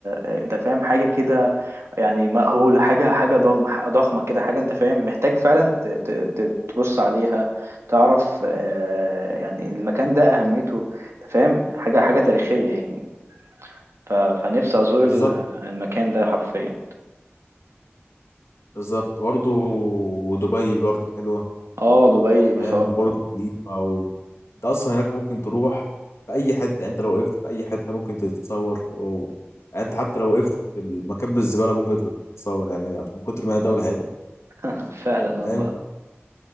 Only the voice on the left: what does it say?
بالظبط
بالظبط برضه ودبي برضه حلوة
فاهم
برج خليفة و... انت اصلا هناك ممكن تروح في اي حتة يعني انت لو وقفت في اي حتة ممكن تتصور و... يعني انت حتى لو وقفت في المكب الزبالة ممكن تتصور يعني عشان من كتر ما هي دولة حلوة
فاهم